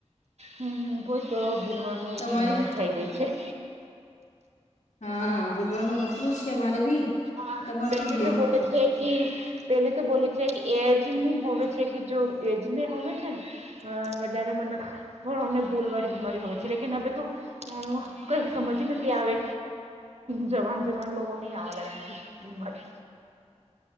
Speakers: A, on the right (about 70°); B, on the left (about 85°).
A: હમ <unintelligible> તો ભૂલવાનું
B: તમારે
A: એટલી મજા થઇ ગઈ છે.
B: હા, ભૂલવાનું મતરું છે મારે બી.
A: હા,
B: તમારથી
A: પેલી
B: ભૂલવાનું
A: તો બોલે છે. હ, પે તો બોલે છે કે, એજમું હો છે કે, જો એજમે હ છે ને. હ, વધારે મને હને, બોલવાી બીમારી હોય છે, લેકન અ તો અ કઈ સમજી નથી આવે, જવાન જવાન લોકો નહી આવવા લાગી. એમાં.